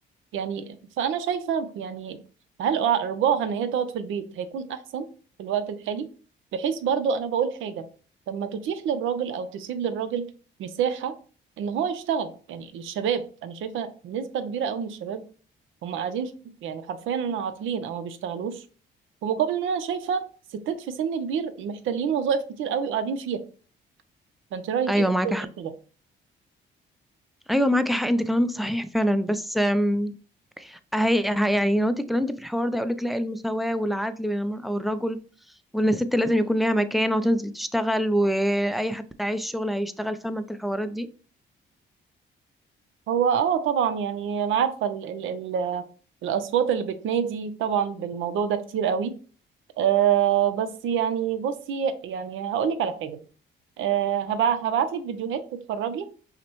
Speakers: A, on the right; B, in the centre.
A: يعني فأنا شايفة يعني هل أع- رجوعها إن هي تقعد في البيت هيكون أحسن في الوقت الحالي بحيث برضو أنا بقول حاجة طب ما تتيح للراجل أو تسيب للراجل مساحة إن هو يشتغل يعني للشباب أنا شايفة نسبة كبيرة أوي من الشباب هم قاعدين ش- يعني حرفيا أنا عاطلين أو ما بيشتغلوش في مقابل إن أنا شايفة ستات في سن كبير محتلين وظائف كتير أوي وقاعدين فيها فأنت رأيك
B: ايوه
A: إيه في
B: معاكي
A: حاجة
B: حق
A: زي كده؟
B: ايوه معاكي حق انت كلامك صحيح فعلا بس آم، هي هي- يعني لو انت اتكلمتي في الحوار ده يقولك لا المساواة والعدل بين المرأة والرجل وان الست لازم يكون ليها مكانة وتنزل تشتغل واي حد عايز شغل هيشتغل فاهمة انت الحوارات دي
A: هو اه طبعا يعني انا عارفه ال ال ال الاصوات اللي بتنادي طبعا بالموضوع ده كتير قوي آه بس يعني بصي يعني هقول لك على حاجه آه هبع هبعت لك فيديوهات تتفرجي